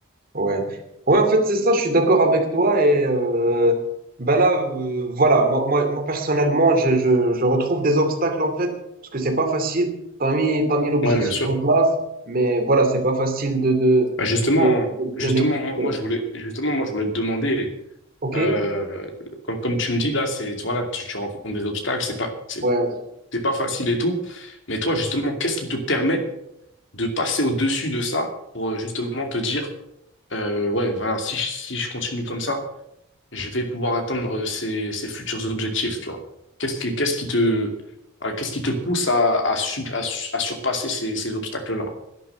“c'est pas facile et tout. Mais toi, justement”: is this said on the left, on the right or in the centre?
Left